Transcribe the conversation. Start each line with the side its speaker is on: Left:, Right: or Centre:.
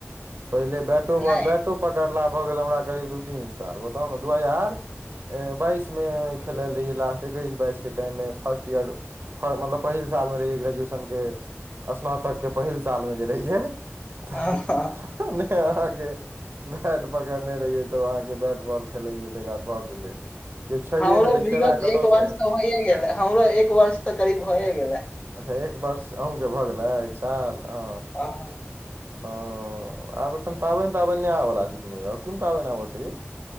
Right: पहिले बैटो बॉल
Left: नहि
Right: बैटो पकड़ला भऽ गेल हमरा करीब दू तीन साल बताउ ने दू हजार बाइसमे खेलल रहियै लास्ट एकैस बाइसके टाइममे फर्स्ट ईयर मतलब पहिल सालमे रहियै ग्रेजुएशनके स्नातकके पहिल सालमे जे रहियै तऽ
Left: हँ हँ
Right: अहाँ के बैट पकड़ने रहिय तो अहाँ के बैट बॉल खेलैयै तै एकटा भऽ गेलै केओ छैहे
Left: आउरो
Right: नहि तऽ
Left: विगत
Right: खेला कतयसँ
Left: एक वर्ष
Right: एतै
Left: तऽ होइए गेले हमरो एक वर्ष तऽ करीब होइए गेलै
Right: अच्छा एक वर्ष अहूँके भऽ गेलै एक साल ओ
Left: हँ,
Right: ओ आब एखन पाबनि ताबनि नहि आबऽला छै को य कोन पाबनि आबऽ तै यौ